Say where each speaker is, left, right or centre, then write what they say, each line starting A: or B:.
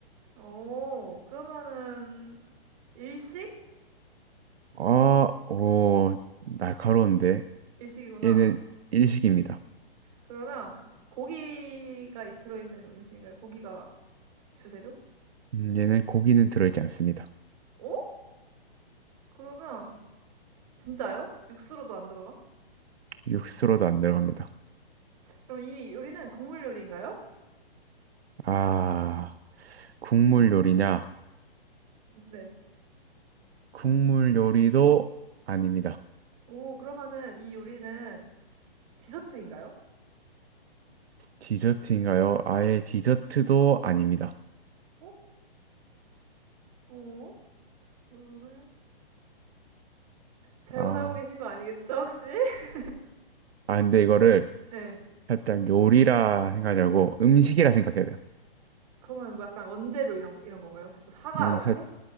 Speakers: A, on the right; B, on the right.
A: 오, 그러면은 일식?
B: 아, 오, 날카로운데.
A: 일식이구나.
B: 얘는 일식입니다.
A: 그러면 고기가 이- 들어있는 음식인가요? 고기가 주재료?
B: 음, 얘는 고기는 들어있지 않습니다.
A: 오? 그러면 진짜요? 육수로도 안 들어가?
B: 육수로도 안 들어갑니다.
A: 그럼 이 요리는 국물 요리인가요?
B: 아, 국물 요리냐?
A: 네.
B: 국물 요리도 아닙니다.
A: 오, 그러면은 이 요리는 디저트인가요?
B: 디저트인가요? 아예 디저트도 아닙니다.
A: 어? 어? 그래요? 잘못
B: 아,
A: 알고 계신 거 아니겠죠, 혹시? <laughs>
B: 아, 근데 이거를
A: 네.
B: 살짝 요리라 생각하지 말고 음식이라 생각해야 돼요.
A: 그러면 뭐 약간 원재료 이런 이런 건가요? 혹시 뭐 사과
B: 음,
A: 막 이렇게?
B: 살,